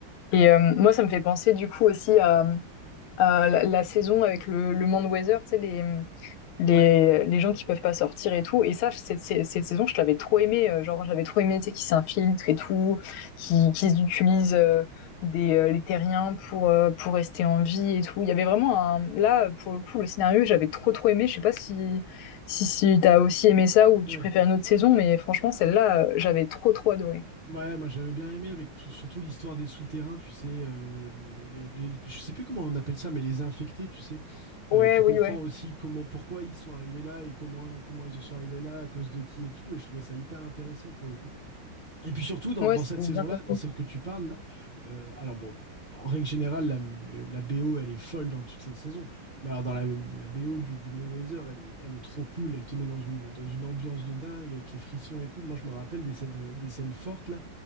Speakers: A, on the left; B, on the right.
A: Et euh, moi, ça me fait penser du coup aussi à, à la, la saison avec le, le Mand Weather, tu sais, les, les,
B: Ouais,
A: les gens qui peuvent pas sortir et tout. Et ça, cette, cette, saison, je l'avais trop aimé. euh, Genre, j'avais trop aimé, tu sais, qui s'infiltre et tout, qui, qui utilisent euh, des, euh, les terriens pour, euh, pour rester en vie et tout. Il y avait vraiment un... Là, pour le coup, le scénario, j'avais trop, trop aimé. Je sais pas si, si, si t'as aussi aimé ça ou tu
B: ouais.
A: préfères une autre saison, mais franchement, celle-là, euh, j'avais trop, trop adoré.
B: Ouais, moi j'avais bien aimé avec t- surtout l'histoire des souterrains, tu sais, euh, les, les- les- je sais plus comment on appelle ça, mais les infectés, tu sais. Euh,
A: Ouais,
B: tu comprends
A: oui, ouais.
B: aussi comment, pourquoi ils sont arrivés là et comment, comment ils en sont arrivés là, à cause de qui et tout. Et je trouvais ça hyper intéressant pour le coup. Et puis surtout, dans,
A: Moi,
B: dans
A: c'était
B: cette saison-là,
A: bien compris.
B: dans celle que tu parles, là, euh, alors bon, en règle générale, la, la BO, elle est folle dans toutes les saisons. Mais alors, dans la, la BO du, du Mont Weather, elle est, elle est trop cool. Elle te met dans une, dans une ambiance de dingue avec les frissons et tout. Moi, je me rappelle des scènes, des scènes fortes, là,